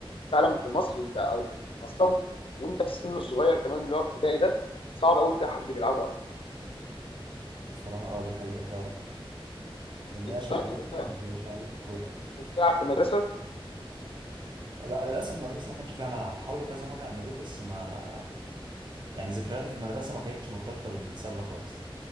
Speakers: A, on the left; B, on the right.
A: فعلا في مصر انت او اصلا في- وانت في السن الصغير كمان اللي هو ابتدائي ده صعب قوي تلاقي حد بيلعبها اصلا
B: بصراحة اه دي حقيقة فعلا لأن
A: انت
B: هي شعبيتها
A: طب طب انت
B: مش زي شعبية الكورة
A: كنت كنت بتلعب في المدرسه
B: لا للأسف المدرسة ما كانش فيها ملعب حاولوا كذا مرة يعملوه بس ما يعني ذكرياتي في المدرسة ما كانتش مرتبطة بالسلة خالص